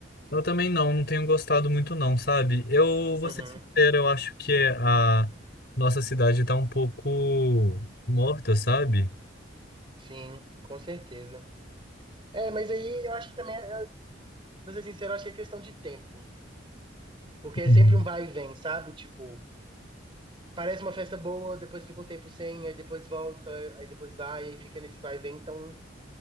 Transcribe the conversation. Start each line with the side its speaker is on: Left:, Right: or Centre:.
Left: Eu também não, não tenho gostado muito não, sabe? Eu vou
Right: Uhum,
Left: ser sincero, eu acho que a nossa cidade tá um pouco morta, sabe?
Right: sim, com certeza. É, mas aí eu acho que também, pra ser sincero, eu acho que é questão de tempo. Porque é
Left: Uhum.
Right: sempre um vai e vem, sabe? Tipo, parece uma festa boa, depois fica um tempo sem, aí depois volta, aí depois vai, aí fica nesse vai e vem. Então,